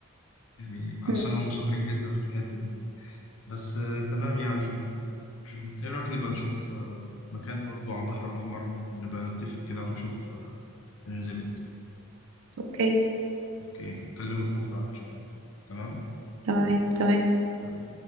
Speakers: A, on the left; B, on the right.
A: يعني عشان
B: مم.
A: هم شاطرين جدا في الحته دي بس آه تمام يعني <clears throat> ايه رايك نبقى نشوف آه مكان برضو على البحر الاحمر ونبقى نتفق كده ونشوف آه هننزل امتى
B: أوكي
A: اوكي اكلمك بكره ان شاء الله تمام
B: تمام تمام
A: تمام